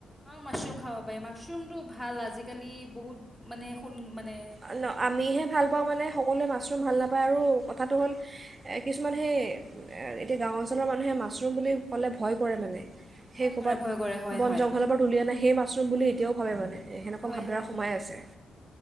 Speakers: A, in the centre; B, on the right (about 40°).
A: অ মাছৰুম খাব পাৰি মাছৰুমটো ভা ভাল আজিকালি বহুত মানে সোন মানে
B: আ আমিহে ভাল পাওঁ মানে সকলোৱে মাছৰুম ভাল নাপা আৰু কথাটো হ'ল কিছুমান সেই এতিয়া গাঁও অঞ্চলৰ মানুহে মাছৰুম বুলি ক'লে ভয় কৰে মানে৷ সেই
A: ভয়
B: ক'বাত
A: কৰে ভয় কৰে হয়
B: বন
A: হয়
B: জংঘলৰ পৰা তুলিয় না সেই মাছৰুম বুলি এতিয়াও ভাবে মানে ৷ সেনেকুৱা
A: হয়
B: ভাবধাৰা
A: হয়
B: সোমাই
A: হয়
B: আছে ৷